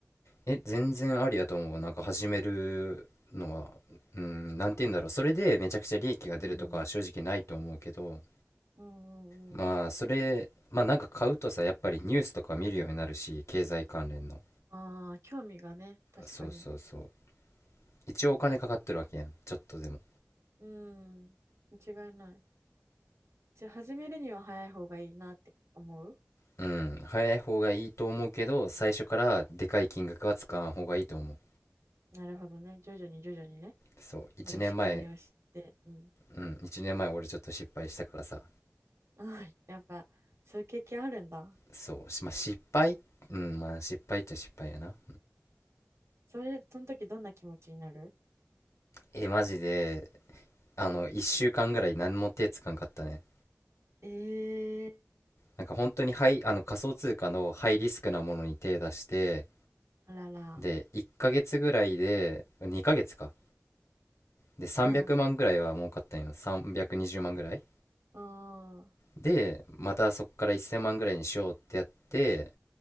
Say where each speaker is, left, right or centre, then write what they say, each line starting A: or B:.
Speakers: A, on the left; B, on the right.
A: え、全然ありやと思う。なんか始めるのは、うん、なんて言うんだろう。それでめちゃくちゃ利益が出るとかは正直ないと思うけど、
B: うん。うん
A: まあ、
B: うんうん。
A: それ、まあなんか買うとさ、やっぱりニュースとか見るようになるし、経済関連の。
B: ああ、興味がね、確かに。
A: そうそうそう。一応お金かかってるわけやん。ちょっとでも。
B: うん、間違いない。じゃあ始めるには早い方がいいなって思う
A: うん、早い方がいいと思うけど、最初からでかい金額は使わん方がいいと思う。
B: なるほどね。徐々に徐々にね。
A: そう、1年前、
B: まず仕組みを知って。うん。
A: うん、1年前俺ちょっと失敗したからさ、
B: ああ、<laughs> やっぱ、そういう経験あるんだ。
A: そう、しまあ、失敗うん、まあ失敗っちゃ失敗やな。
B: それ、その時どんな気持ちになる
A: え、マジで、あの、1週間ぐらい何も手つかんかったね。
B: ええ
A: なんか本当にハイ、あの仮想通貨のハイリスクなものに手出して、
B: あらら。
A: で、1ヶ月ぐらいで、2ヶ月か。で、300万ぐらいは儲かったんよ。
B: ほう。
A: 320万ぐらい。
B: あ
A: でまたそこから1000万ぐらいにしようってやって